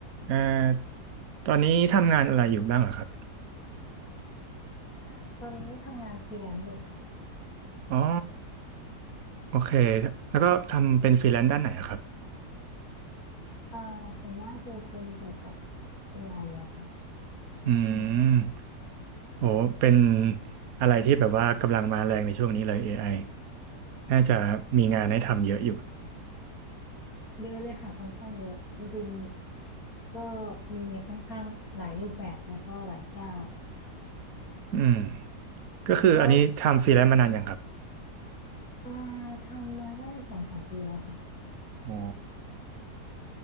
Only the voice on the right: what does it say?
เอ่อตอนนี้ทำงานอะไรอยู่บ้างเหรอครับ
อ๋อโอเคแล้วก็ทำเป็นฟรีแลนซ์ด้านไหนอะครับ
อื
มโอ้เป็นอะไรที่แบบว่ากำลังมาแรงในช่วงนี้เลย AI น่าจะมีงานให้ทำเยอะอยู่
อืมก็คืออันนี้ทำฟรีแลนซ์มานานยังครับ
อ๋อ